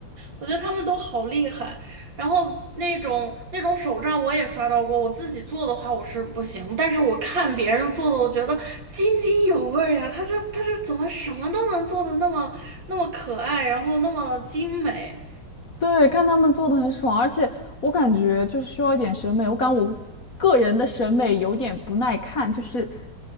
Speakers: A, on the right (about 60°); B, on the left (about 45°).
A: 我觉得他们都好厉害。然后那种那种手账我也刷到过，我自己做的话我是不行，但是我看别人做的，我觉得津津有味儿呀，他这他这怎么什么都能做的那么那么可爱，然后那么精美。
B: 对，看他们做的很爽，而且我感觉就是需要一点审美，我感我个个人的审美有点不耐看，就是